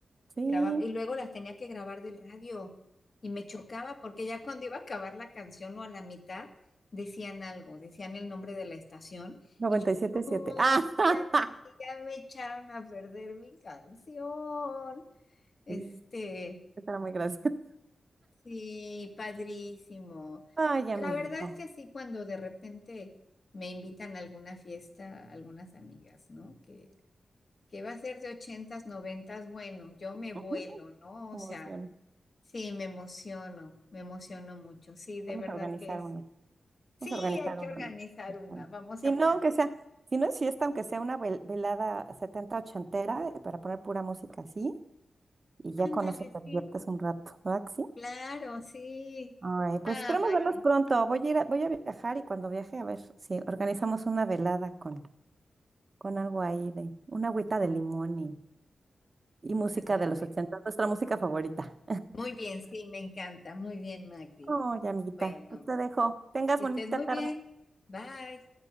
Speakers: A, on the right (about 40°); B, on the left (about 45°).
A: Sí,
B: Grababa, y luego las tenía que grabar del radio y me chocaba porque ya cuando iba a acabar la canción o a la mitad decían algo, decían el nombre de la estación
A: noventa
B: y yo
A: y siete siete.
B: no,
A: Ah, <laughs>
B: ya me, ya me echaron a perder mi canción. Este,
A: sí, estará muy gracioso.
B: sí, padrísimo.
A: Ay,
B: La
A: amiguita.
B: verdad es que así cuando de repente me invitan a alguna fiesta, algunas amigas, ¿no? Que, que va a ser de ochentas, noventas, bueno, yo me vuelo,
A: <laughs>
B: ¿no? O
A: Emociones.
B: sea Sí, me emociono, me emociono mucho. Sí, de
A: Vamos
B: verdad
A: a organizar
B: que es.
A: una.
B: Sí,
A: Vamos a organizar
B: hay que
A: una.
B: organizar una.
A: Bueno,
B: Vamos
A: Si
B: a
A: no,
B: planear.
A: aunque sea, si no es fiesta, aunque sea una vel- velada 70 ochentera, eh, para poner pura música así, y ya
B: Ándale,
A: con eso te
B: sí,
A: diviertes un rato, ¿verdad que sí?
B: claro, sí.
A: Ay, pues
B: Ah,
A: esperemos
B: Magdi,
A: vernos pronto. Voy a ir a- voy a viajar y cuando viaje a ver si organizamos una velada con, con algo ahí de una agüita de limón y, y música
B: ándale.
A: de los 80, nuestra música favorita.
B: Muy bien, sí, me encanta. Muy bien, Magdi.
A: Oye amiguita,
B: Bueno,
A: pues te dejo. Tengas
B: que
A: bonita
B: estés muy
A: tarde.
B: bien. Bye.